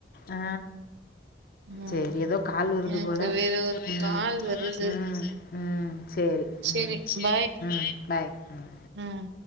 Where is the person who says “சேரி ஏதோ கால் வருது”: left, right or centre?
Left